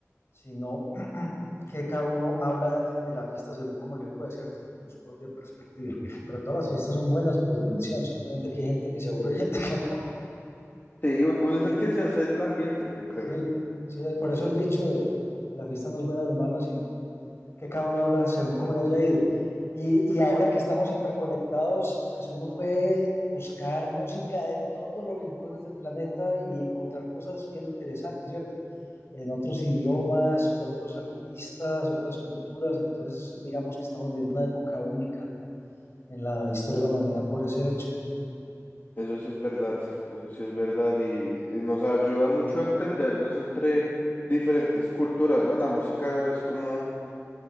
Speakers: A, on the left; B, on the left.
A: sino <clears throat> que cada uno habla de la fiesta según cómo le fue, ¿cierto? Según su propia perspectiva. Pero todas las fiestas son buenas por definición, simplemente que hay gente que se aburre y gente que no.
B: Sí, un- uno es el que se hace el ambiente, yo creo.
A: Sí, sí, por eso el dicho de que la fiesta no es buena ni mala, sino que cada uno habla según cómo le haya ido. Y, y ahora que estamos hiperconectados, pues uno puede buscar música de todos los rincones del planeta y encontrar cosas bien interesantes, ¿cierto? En otros idiomas, otros artistas, otras culturas. Entonces, digamos que estamos viviendo una época única en la historia de la humanidad por ese hecho.
B: Eso sí es verdad, eso sí es verdad y, y nos ayuda mucho a entendernos entre diferentes culturas, ¿no? La música es como